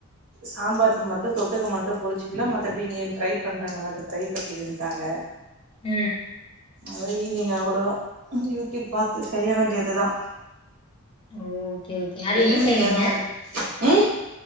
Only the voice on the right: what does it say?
சாம்பாருக்கு மட்டு தொட்டுக்க மட்டும் பொரிச்சுக்கலா மத்தபடி நீ ட்ரை பண்றங்க அதை ட்ரை பண்ணிறுன்ட்டாங்க
அது ஈவி்னிங்கா கூட தா யூடியூப் பாத்து செய்ய வேண்டியதுதா
இப்ப
ஈவினிங்
எதுனா ம்